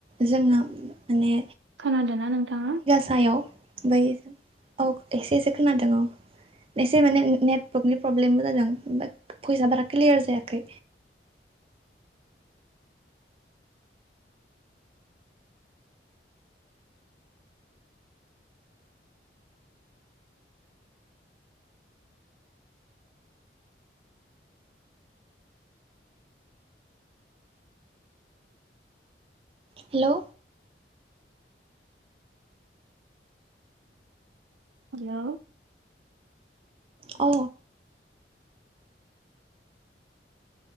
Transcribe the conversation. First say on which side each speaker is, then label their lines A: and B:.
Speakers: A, on the right (about 30°); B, on the right (about 80°).
A: जोंङो माने
B: खोनादोंना नोंथांङा
A: सायाव बै औ एसे एसे खोनादों औ एसे माने नेटवर्कनि प्रब्लेमबो जादों ओमफ्राय भयेसा बारा क्लियार जायाखै हेल
B: हेल
A: औ